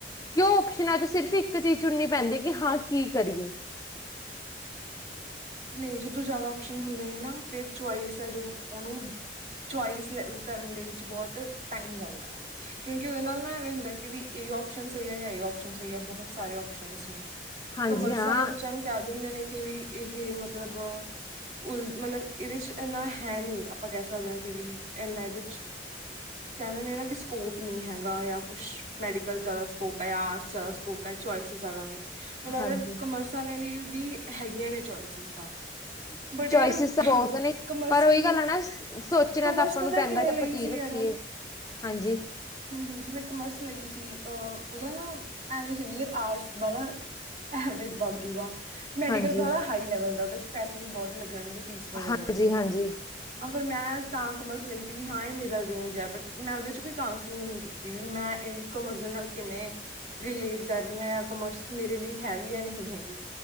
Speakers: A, on the left; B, on the right.
A: ਕਿਉਂ ਓਪਸ਼ਨਾਂ ਚ ਸਿਰਫ ਇੱਕ ਚੀਜ਼ ਚੁਨਨੀ ਪੈਂਦੀ ਏ ਕਿ ਹਾਂ ਕੀ ਕਰੀਏ।
B: ਨਈ ਜਦੋਂ ਜਾਦਾ ਆਪਓਸ਼ਨ ਹੁੰਦੇ ਨੇ ਨਾ ਫੇਰ ਚੁਆਇਸ ਐ ਜੋ ਓਨੂੰ ਚੋਇਸ ਲੇ ਓ ਕਰਨ ਦੇ ਵਿੱਚ ਬੋਤ ਟਾਈਮ ਜਾਂਦੈ। ਕਿਉਂਕਿ ਉਦੇ ਨਾਲ ਨਾ ਐਵੇਂ ਹੁੰਦੈ ਕਿ ਵੀ ਏ ਓਪਸ਼ਨ ਸਈ ਐ ਯਾਂ ਏ ਓਪਸ਼ਨ ਸਈ ਐ, ਬਹੁਤ ਸਾਰੇ ਓਪਸ਼ਨਸ ਨੇ।
A: ਹਾਂਜੀ
B: ਕਮਰਸ
A: ਹਾਂ
B: ਆਲੇ ਬੱਚੇਆਂ ਨੂੰ ਕੈ ਦਿੰਦੇ ਨੇ ਕਿ ਵੀ ਏ ਏ ਮਤਲਬ, ਉਲ ਮਤਲਬ ਇਦੇ ਚ ਏਨਾ ਹੈ ਨੀ ਆਪਾਂ ਕੈ ਸਕਦੇ ਆਂ ਕਿ ਵੀ ਐਨਾ ਐ ਵਿਚ।
A: <inaudible>
B: ਕੈਂਦੇ ਨੇ ਨਾ ਵੀ ਸਕੋਪ ਨੀ ਹੈਗਾ ਯਾ ਕੁਛ ਮੈਡੀਕਲ ਜਾਦਾ ਸਕੋਪ ਐ ਜਾਂ ਆਰਟਸ ਜਾਦਾ ਸਕੋਪ ਤਾਂ ਚੋਇਸ ਜ਼ਿਆਦਾ ਨੇ ਮੈਨੂੰ ਲੱਗਦਾ
A: ਹਾਂਜੀ
B: ਕਾਮਰਸ ਵਾਲਿਆਂ ਲਈ ਵੀ ਹੈਗੀਆਂ ਨੇ ਚੋਇਸਿਸ ਤਾਂ।
A: <inaudible>
B: ਬਟ
A: ਚੋਇਸਿਸ
B: ਯਾਰ
A: ਤਾਂ ਬਹੁਤ ਨੇ
B: ਕਮਰਸ
A: ਪਰ ਉਹੀ
B: ਕਈ
A: ਗੱਲ ਆ ਨਾ ਸੋਚਣਾ
B: ਕਮਰਸ
A: ਤਾਂ ਆਪਾਂ
B: ਪਤਾ
A: ਨੂੰ ਪੈਂਦਾ
B: ਕਿਵੇਂ
A: ਕਿ
B: ਲਈ
A: ਆਪਾਂ ਕੀ
B: ਸੀ
A: ਰੱਖੀਏ।
B: ਯਾਰ
A: ਹਾਂਜੀ।
B: ਹੂੰ-ਹੂੰ, ਜਿਵੇਂ ਕਾਮਰਸ ਲਈ ਸੀ ਅਹ ਉਹਦਾ ਨਾ ਐਵੇਂ ਸੀ ਵੀ ਆਰਟਸ ਵਾਲਾ ਐਵਰੇਜ ਬਗ ਜੂਗਾ ਮੈਡੀਕਲ
A: ਹਾਂਜੀ
B: ਵਾਲਾ ਹਾਈ ਲੈਵਲ ਦਾ ਉਹਦੇ ਚ ਪੈਸੇ ਵੀ ਬਹੁਤ ਲੱਗਣਗੇ ਫੀਸ ਵਗੈਰਾ
A: ਹਾਂਜੀ
B: ਦੇ ਹਨਾ।
A: ਹਾਂਜੀ
B: ਹਾਂ, ਪਰ ਮੈਂ ਤਾਂ ਕਾਮਰਸ ਲਈ ਤੀ ਵੀ ਹਾਂ ਇਹ ਮਿਡਲ ਹੈ ਬਟ ਮੈਂ ਉਹਦੇ ਚ ਕੋਈ ਕਾਂਸਲਿੰਗ ਨਹੀਂ ਕੀਤੀ। ਤੇਵੀ ਮੈਂ ਇਨਕਾਮਰਸ ਨਾਲ ਕਿਵੇਂ? ਰਿਲੇਟ ਕਰ ਰਹੀ ਆ ਕਾਮਰਸ ਮੇਰੇ ਲਈ ਹੈ ਵੀ ਆ ਨੀ ਹੈਗੀ